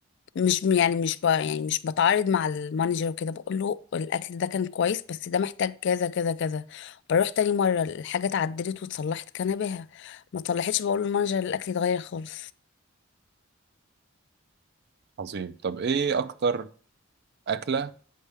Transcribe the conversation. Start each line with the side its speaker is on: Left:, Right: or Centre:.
Left: مش يعني مش ب... يعني مش بتعارض مع المانجر وكده بقول له الأكل ده كان كويس بس ده محتاج كذا كذا كذا بروح تاني مرة الحاجة اتعدلت واتصلحت كان بها ما اتصلحتش بقول للمانجر الأكل اتغير خالص
Right: عظيم طب إيه أكتر أكلة